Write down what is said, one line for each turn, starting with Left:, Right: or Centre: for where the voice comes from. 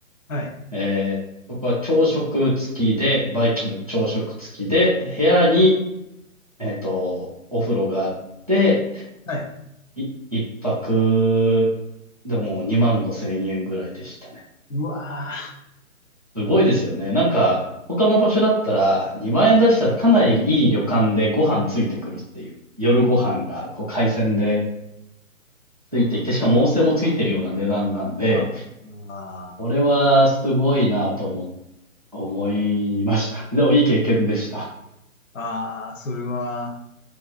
Left: はい。
Right: えーそこは朝食付きで、バイキング朝食付きで、部屋に、えっと、お風呂があって、
Left: はい。
Right: い一泊、でも2万5千円ぐらいでしたね。
Left: うわ
Right: すごいですよね。なんか、他の場所だったら、2万円出したらかなりいい旅館でご飯ついてくるっていう。夜ご飯が、こう、海鮮でついてきて、しかも温泉もついてるような値段なんで、
Left: ー。ああ
Right: これはすごいなと思、思いましたね。<laughs> でもいい経験でした。
Left: ー、あーそれは、